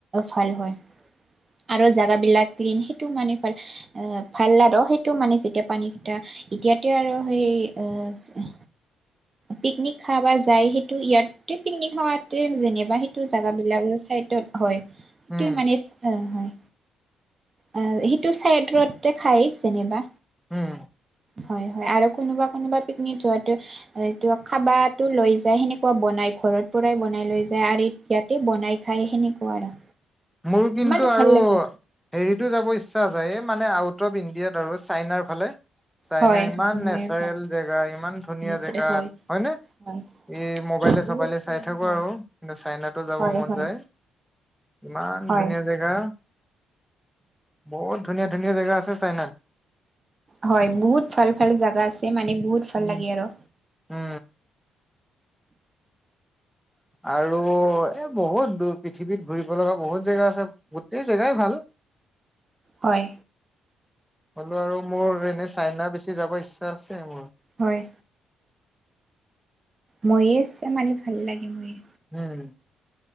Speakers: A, on the right; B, in the centre.
A: ভাল হয়। আৰু জেগাবিলাক ক্লিন সেইটোও মানে ভাল। অ ভাল আৰ, সেইটো মানে যেতিয়া পানী কেইটা এতিয়াতে আৰ সেই অ পিকনিক খাবা যায় সেইটো, ইয়াত পিকনিক খাওঁতে যেনে বা সেইটো জাগা বিলাক চাইডত হয়, সেইটোৱেই
B: উম,
A: মানে ইচ আহ হয়। আহ সেইটো চাইদত খায় যেনবা।
B: উম,
A: হয়-হয় আৰু কোনোবা-কোনোবা পিকনিক যোৱাটো হয় খাবাতো লৈ যায় সেনেকুৱা বনাই ঘৰত পুৰাই বনাই লৈ যায় আৰু ইয়াতে বনাই খায় সেনেকুৱা আৰু।
B: মোৰ কিন্তু
A: মানে
B: আৰু
A: ভাল লাগে
B: হেৰিতো যাব ইচ্ছা যায়, এই মানে আউট অফ ইণ্ডিয়াৰ আৰু চাইনাৰ ফালে। চাইনা
A: হয়
B: ইমান
A: হয়
B: নেচাৰেল
A: ময়ো হয়
B: জেগা, ইমান ধুনীয়া
A: নিশ্চিত
B: জেগা
A: হয়
B: হয়নে?
A: হয়
B: এই ম'বাইলে-চবাইলে
A: বহুত
B: চাই
A: দিন
B: থাকো
A: হয়
B: আৰু এতিয়া চাইনাটো যাব
A: হয়
B: মন
A: হয়
B: যায়। ইমান
A: হয়
B: ধুনীয়া জেগা। বহুত ধুনীয়া, ধুনীয়া জেগা আছে চাইনাত।
A: হয়, বহুত ভাল ভাল জাগা আছে মানে, বহুত ভাল
B: উম,
A: লাগে আৰু
B: অঁ। আৰু এ বহুত দু পৃথিৱীত ঘূৰিব লগা বহুত জেগা আছে। গোটেই জেগাই ভাল।
A: হয়।
B: হ'লেও আৰু মোৰ এনেই চাইনা বেছি যাব ইচ্ছা আছে মোৰ।
A: হয়। ময়েই চ মানি ভাল লাগে ময়েই।
B: উম।